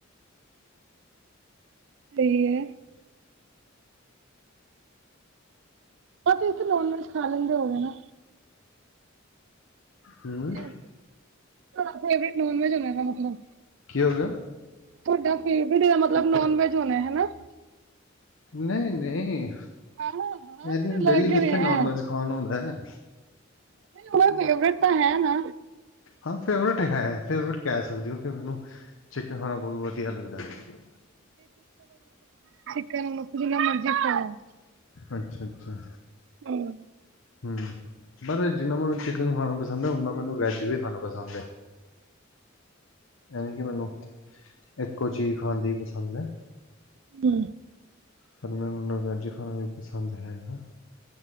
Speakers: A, on the right; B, on the left.
A: ਸਹੀ ਹੈ। ਪਰ ਤੁਸੀ ਨੋਨ ਵੈਜ ਖਾ ਲੈਂਦੇ ਹੋਓਗੇ ਨਾ। <unintelligible>
B: ਹਮ
A: ਤੁਆਦਾ ਫੇਵਰੇਤ ਨੋਨ ਵੈਜ ਹੋਣਾ ਇਹਦਾ ਮਤਲਬ।
B: ਕੀ ਹੋ ਗਿਆ।
A: ਤੁਹਾਡਾ ਫੇਵਰੇਟ ਇਹਦਾ ਮਤਲਬ ਨੋਨ ਵੈਜ ਹੋਣਾ, ਹਨਾ।
B: ਨਹੀਂ, ਨਹੀਂ।
A: ਹਾਂ ਹਾਂ
B: ਇਹ
A: ਮੈਨੂੰ ਲੱਗ
B: ਡੇਲੀ
A: ਰਿਹਾ
B: ਕਿੱਥੇ ਨੋਨ
A: ਹੈ
B: ਵੈਜ ਖਾਣ ਹੁੰਦਾ ਹੈ।
A: ਨਹੀਂ ਉਹਦਾ ਫੇਵਰੇਟ ਹੈ, ਨਾ।
B: ਹਾਂ, ਫੇਵਰੇਟ ਹੈ। ਫੇਵਰੇਟ ਕਹਿ ਸਕਦੇ ਹੋ ਕਿ ਮੈਨੂੰ ਚਿਕਨ ਖਾਣਾ ਬਹੁਤ ਵਧੀਆ ਲੱਗਦਾ ਏ।
A: ਫੇ ਇਹਦਾ ਮਤਲਵ ਜਿਨ੍ਹਾਂ ਮਰਜੀ ਖਾਓ।
B: ਅੱਛਾ, ਅੱਛਾ।
A: ਹੂੰ।
B: ਹੂੰ। ਪਰ ਜਿੰਨਾ ਮੈਨੂੰ ਚਿਕਨ ਖਾਣਾ ਪਸੰਦ ਏ, ਓਨਾ ਮੈਨੂੰ ਵੈਜ ਵੀ ਖਾਣਾ ਪਸੰਦ ਏ। ਐਵੇ ਕਿ ਮੈਨੂੰ ਇੱਕੋ ਚੀਜ਼ ਖਾਣ ਦੀ ਪਸੰਦ ਏ।
A: ਹੂੰ।
B: ਪਰ ਮੈਨੂੰ ਨਾ ਵੈਜ ਖਾਣਾ ਵੀ ਪਸੰਦ ਹੈਗਾ।